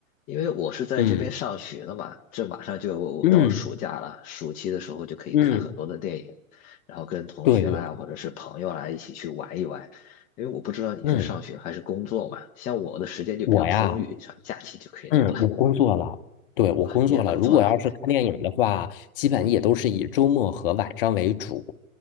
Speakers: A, on the left (about 20°); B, on the left (about 40°).
A: 因为我是在这边上学的嘛，
B: 嗯
A: 这马上就到暑假了，
B: 嗯
A: 暑期的时候就可以看很多的电影，
B: 嗯，
A: 然后跟同学啦或者是朋友啦一起去玩一玩。
B: 对对对，
A: 因为我不知道你是上学还是工作嘛，
B: 嗯，
A: 像我的时间就比较充裕，
B: 我呀，
A: 像假期就可以那个了
B: 嗯，我工作了，对，我工作了，
A: 啊，你也工作了，
B: 如果要是看电影的话，基本也都是以周末和晚上为主，
A: 嗯